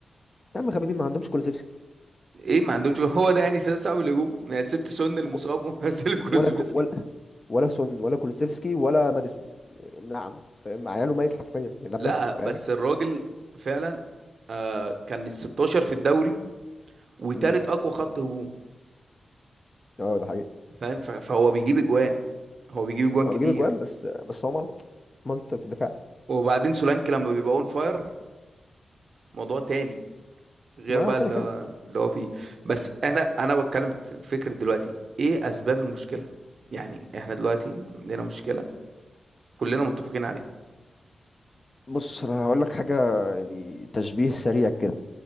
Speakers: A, on the left; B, on the right.
A: يا عم غبيبين ما عندهمش كولوسيفسكي
B: ايه ما عندهمش جول. هو ده يعني سبب صعب الهجوم يعني سبت سون المصاب
A: و-
B: ومنزل <laughs> كروزفسكي
A: ولا كو ولا ولا سون ولا كولوسيفسكي ولا ماديسون نعم فاهم عياله ميت حرفيا يعني ده بجد
B: لا
A: فاهم
B: بس الراجل فعلا آه كان ال 16 في الدوري وتالت
A: امم
B: اقوى خط هجوم
A: اه ده حقيقي
B: فاهم ف- فهو بيجيب اجوان هو بيجيب اجوان
A: هو
B: كتير
A: بيجيب اجوان بس بس هو ملط ملط في الدفاع
B: وبعدين سولانكي لما بيبقى اون فاير موضوع تاني غير
A: ما
B: بقى
A: كده
B: اللي
A: كده
B: هو اللي هو فيه بس انا انا بتكلم في فكرة دلوقتي ايه اسباب المشكلة يعني احنا دلوقتي عندنا مشكلة كلنا متفقين عليها
A: بص انا هقول لك حاجه يعني تشبيه سريع كده